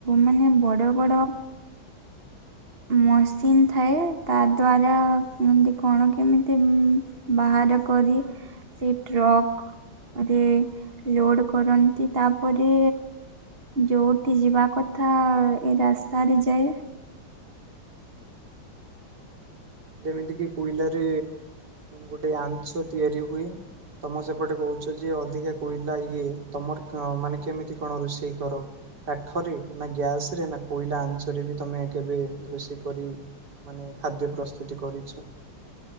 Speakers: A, on the right; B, on the right.
A: ମାନେ ବଡ ବଡ ମସିନ୍ ଥାଏ ତା ଦ୍ୱାରା ଏମିତି କଣ କେମିତି ବା ଆର କରି ସିଟ ରକ୍ ରେ ଲୋଡ କରନ୍ତି ତାପରେ ଯୋଉଠି ଯିବା କଥା ଏଇ ରାସ୍ତାରେ ଯାଏ।
B: ଯେମିତି କିି କୋଇଲାରେ ଗୋଟେ ଆଞ୍ଚ ତିଆରି ହୁଏ ତମ ସେପଟେ କହୁଛ ଯେ ଅଧିକା କୋଇଲା ଇଏ, ତମର ମାନେ କେମିତି କଣ ରୋଷେଇ କର? କାଠରେ ନା ଗ୍ୟାସ ରେ ନା କୋଇଲା ଆଞ୍ଚରେ ବି ତମେ କେବେ ରୋଷେଇ କରି ମାନେ ଖାଦ୍ୟ ପ୍ରସ୍ତୁତି କରିଛ।